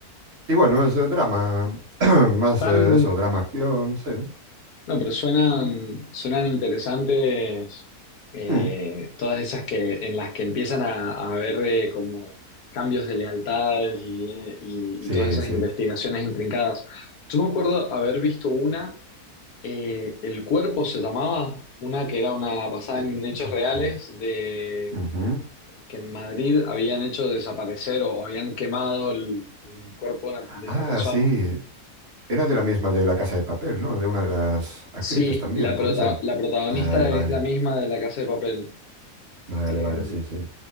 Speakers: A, on the right; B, on the left.
A: Y bueno, es eh, drama, <clears throat> más
B: Tan,
A: eh, eso, drama acción, sí.
B: No, pero suenan, suenan interesantes eh,
A: Mm,
B: todas esas que, en las que empiezan a, a haber eh, como cambios de lealtades y, eh, y-
A: Sí,
B: y todas esas
A: sí.
B: investigaciones intrincadas. Yo me acuerdo haber visto una, eh, El cuerpo se llamaba, una que era una basada
A: El
B: en hechos
A: cuerpo.
B: reales de
A: Ujú.
B: que en Madrid habían hecho desaparecer o habían quemado el, el cuerpo de una
A: Ah,
B: de una persona.
A: sí. Era de la misma de La Casa de Papel, ¿no? De una de las actrices
B: Sí,
A: también,
B: la
A: puede
B: prota-
A: ser.
B: la protagonista
A: Vale, vale.
B: es la misma de La Casa de Papel.
A: Vale,
B: Eh,
A: vale, sí, sí.